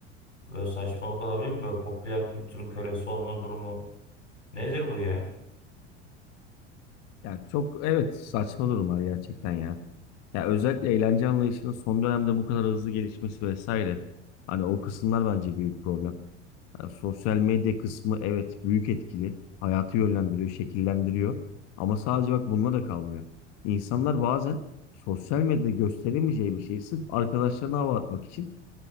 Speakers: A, on the left; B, on the left.
A: Böyle saçmalık olabilir mi? Böyle popüler kültürün kölesi olma durumu. Nedir bu ya?
B: Yani çok evet saçma durumlar gerçekten ya. Ya özellikle eğlence anlayışının son dönemde bu kadar hızlı gelişmesi vesaire. Hani o kısımlar bence büyük problem. Yani sosyal medya kısmı evet büyük etkili. Hayatı yönlendiriyor, şekillendiriyor. Ama sadece bak bununla da kalmıyor. İnsanlar bazen sosyal medyada gösteremeyeceği bir şeyi sırf arkadaşlarına hava atmak için